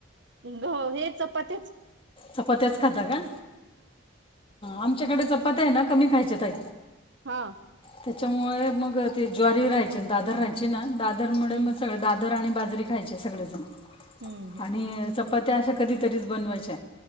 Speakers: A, on the right; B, on the left.
A: घ हे चपात्याचं.
B: चपात्याच खाता का? आमच्याकडे चपात्या आहे ना कमी खायच्या ताई.
A: हां.
B: त्याच्यामुळे मग ते ज्वारी राहायचे, दादर राहायचे ना, दादर मुळे
A: हम्म
B: मग सगळे दाद दर आणि बाजरी खायचे सगळेजण,
A: हम्म
B: आणि चपात्या अशा कधीतरीच बनवायच्या.